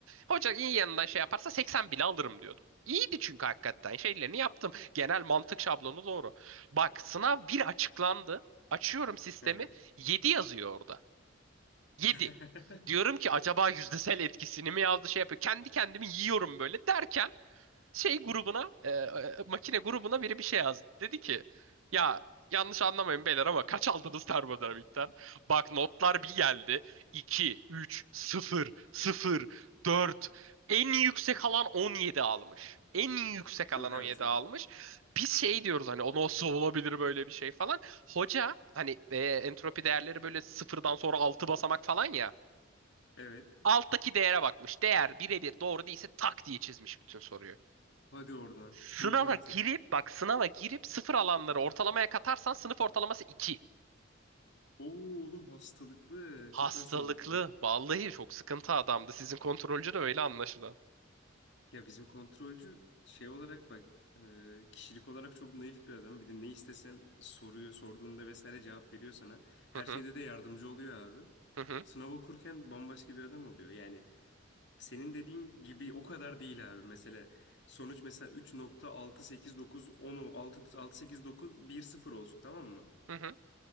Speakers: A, on the right; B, on the left.
A: Hoca iyi yanından şey yaparsa 80 bile alırım diyordum. İyiydi çünkü hakikaten şeylerini yaptım. Genel mantık şablonu doğru. Bak sınav bir açıklandı. Açıyorum sistemi.
B: Hı hı.
A: 7 yazıyor orada. 7.
B: <laughs>
A: Diyorum ki acaba yüzdesel etkisini mi yazdı şey yapıyor. Kendi kendimi yiyorum böyle derken şey grubuna e, e, makine grubuna biri bir şey yazdı. Dedi ki ya yanlış anlamayın beyler ama kaç aldınız termodinamikten? Bak notlar bir geldi. iki, üç, sıfır, sıfır, dört. En yüksek alan 17 almış. En yüksek alan
B: Yok
A: 17
B: artık.
A: almış. Biz şey diyoruz hani o nasıl olabilir böyle bir şey falan. Hoca hani e, entropi değerleri böyle sıfırdan sonra 6 basamak falan ya.
B: Evet.
A: Alttaki değere bakmış. Değer birebir doğru değilse tak diye çizmiş bütün soruyu.
B: Hadi oradan.
A: Sınava
B: Yok artık.
A: girip bak sınava girip sıfır alanları ortalamaya katarsan sınıf ortalaması 2.
B: Oo oğlum hastalıklı.
A: Hastalıklı.
B: Çok hastalıklı.
A: Vallahi çok sıkıntı adamdı. Sizin kontrolcü de öyle anlaşılan.
B: Ya bizim kontrolcü şey olarak bak e, kişilik olarak çok naif bir adam. Bir de ne istesen soruyor, sorduğunda vesaire cevap veriyor sana. Her
A: Hı hı
B: şeyde de yardımcı oluyor abi.
A: hı hı
B: Sınav okurken bambaşka bir adam oluyor. Yani senin dediğin gibi o kadar değil abi. Mesela sonuç mesela 3.68910 o- 6 68910 olsun tamam mı?
A: hı. hı.